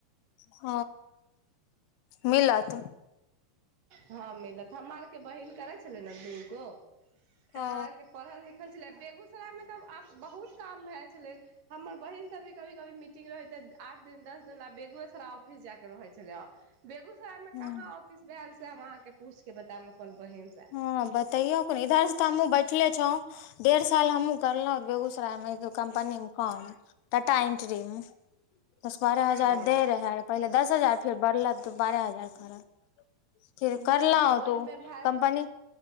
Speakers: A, on the left (about 85°); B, on the right (about 60°).
A: ह मिल त
B: हँ मिलत हमरा आरके बहिन करै छलै ने दूगो तऽ
A: ओ
B: अहाँ आ के पढ़ल लिखल देखल छलै। बेगूसराय मे तऽ बहुत काम होइत छलै। हमर बहिन सभोक कहियो-कहियो मीटिंग रहैत छै। आठ-दस दिन बेगूसराय ऑफिस जा कऽ रहैत छलै। बेगूसराय में कहाँ
A: हूँ
B: ऑफिस भेल से हम अहाँ के पूछ के बताम अपन बहिनसँ
A: हँ, बताउ ने। एतय तऽ हमहुँ बैसल छी। डेढ़ साल हमहुँ करलहुँ बेगूसरायमे कम्पनीमे काम करैत छलहुँ। डेटा एंट्रीमे पहिले
B: ओ
A: दस हजार दैत छल, फेर बढ़लाक बाद बारह हजार कऽ देलैक। फ करल
B: नहि तऽ ओहिमे
A: तू
B: भए
A: कम्पनी